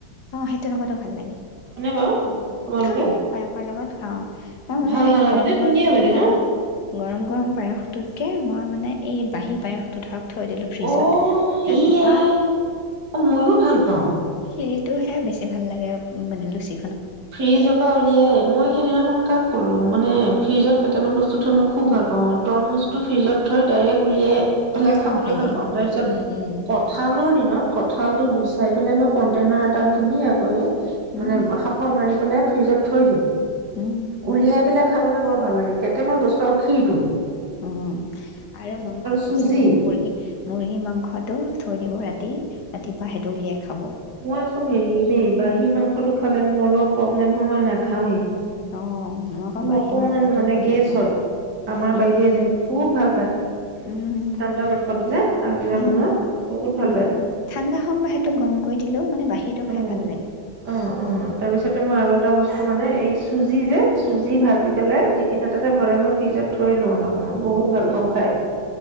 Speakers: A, on the left; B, on the right.
A: অ, সেইটোৰ লগতো ভাল লাগে।
B: বাৰু
A: উম,
B: তোমালোকে
A: খাওঁ পায়সৰ লগত। খাওঁ। মই মানে
B: ভাল নালাগে
A: এই গৰম
B: নে ধুনীয়া
A: গৰম,
B: লাগে
A: গৰ
B: ন
A: গৰম গৰম পায়সটোতকে মই মানে এই বাহি পায়সটো ধৰক থৈ দিলোঁ ফ্ৰিজত,
B: অ ই
A: ৰাতিপুৱা
B: আই মইয়ো ভাল পাওঁ
A: এক টো হে বেছি ভাল লাগে উনে লুচি
B: ফ্ৰ্ৰীজপা উলিয়াই মই সেইদিনাখনোন কাক ক'লো মানে ফ্ৰিজত কেইটামান বস্তু থৈ মই খুব ভাল পাওঁ তৰমুজ টো ফ্ৰিজত থৈ ডাইৰেক্ট উলিয়াই বলে খাবলৈ
A: অ সেই
B: ভাল পাওঁ তাৰ পিছত
A: উম উম
B: কঁঠালৰ দি কঁঠালটো গুচাই পেলাই মই কন্টেইনাৰ এটাত ধুনীয়া মানে
A: উম
B: ফ্ৰিজত থৈ দিওঁ
A: উম
B: খ পেলাই খাবলৈ বৰ ভাল লাগে কেইটামান বস্তু আৰু খাই টো
A: উম আৰু মাংসটো
B: চুজি
A: চাগ মুৰ্গী মুৰ্গী মাংসটো থৈ দিব ৰাতি ৰাতিপুৱা সটো উলিয়াই খাওঁ
B: মই আকৌ হেৰি দেই খাহি মাংসটো খালে মোৰ অলপ প্ৰব্লেম হয় মই নাখাওৱেই
A: অ মই আকৌ
B: মোৰ
A: বাঁহী
B: অকমান
A: মাংসটো
B: মানে
A: খাই
B: গেছ
A: ভাল পাওঁ
B: হয় আমাৰ
A: উম
B: বাইদেউ এজনী খুব ভাল পায়
A: উম
B: ঠাণ্ডা মাংসটো যে আগদিনা
A: উম
B: বনোৱা বহুত
A: উম,
B: ভাল পায়
A: ঠাণ্ডা হওক বা সেইটো গৰম কৰি দিলেও মানে বাহিৰটো খাই
B: অ
A: ভাল লাগে।
B: অ অ তাৰপিছতে মই আৰু এটা বস্তু মানে এই চুজি যে চুজি
A: উম,
B: ভাজি পেলাই টিফিন এটাতে ভৰাই মই ফ্ৰিজত থৈ লো অলপ মই বহুত ভাল পাওঁ খাই